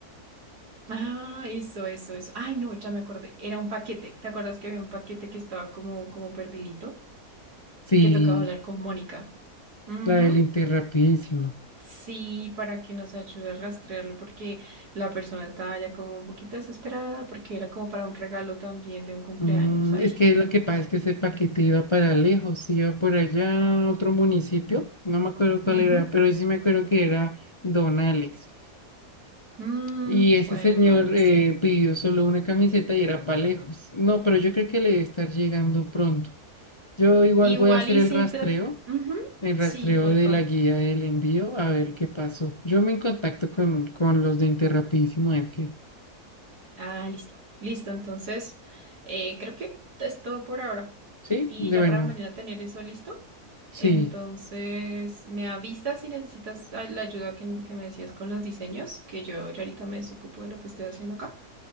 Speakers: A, on the right; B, on the left.
A: Ah, eso, eso, eso. Ay, no, ya me acordé. Era un paquete. ¿Te acuerdas que había un paquete que estaba como, como perdidito?
B: Sí,
A: Que tocaba hablar con Mónica. Ujú.
B: la del Inter rapidísimo.
A: Sí, para que nos ayude a rastrearlo, porque la persona estaba ya como un poquito desesperada, porque era como para un regalo también de un cumpleaños
B: Mm,
A: ahí.
B: es que lo que pasa es que ese paquete iba para lejos, iba por allá a otro municipio, no me acuerdo cuál
A: Ujú.
B: era, pero sí me acuerdo que era Don Alex.
A: Mm,
B: Y ese
A: jue
B: señor
A: madre,
B: eh,
A: sí.
B: pidió solo una camiseta y era para lejos. No, pero yo creo que le debe estar llegando pronto. Yo igual
A: Igual
B: voy a hacer
A: y
B: el
A: sin
B: rastreo,
A: tra- Ujú.
B: el
A: Sí,
B: rastreo
A: porfa.
B: de la guía del envío, a ver qué pasó. Yo me en contacto con, con los de Interrapidísimo, a ver qué.
A: Ah, listo. Listo, entonces eh, creo que es todo por ahora.
B: ¿Sí?
A: Y
B: De
A: ya
B: bueno,
A: para mañana tener eso listo.
B: sí.
A: Entonces me avisas si necesitas a- la ayuda que, que me decías con los diseños, que yo ya ahorita me desocupo de lo que estoy haciendo acá.